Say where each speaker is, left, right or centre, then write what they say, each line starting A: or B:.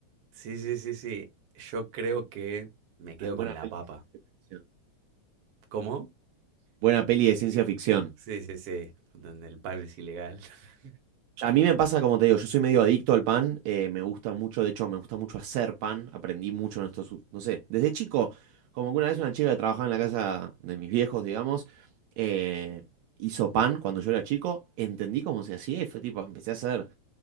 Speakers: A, on the right (about 60°); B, on the right (about 75°).
A: Sí, sí, sí, sí. Yo creo que me quedo
B: Ah, Buena
A: con la
B: peli
A: papa.
B: de ciencia ficción.
A: ¿Cómo?
B: Buena peli de ciencia ficción.
A: Sí, sí, sí. Donde el pan es ilegal. <laughs>
B: A mí me pasa, como te digo, yo soy medio adicto al pan, eh, me gusta mucho, de hecho, me gusta mucho hacer pan, aprendí mucho en estos, u- no sé, desde chico, como que una vez una chica que trabajaba en la casa de mis viejos, digamos, eh, hizo pan cuando yo era chico, entendí cómo se hacía y fue tipo, empecé a hacer,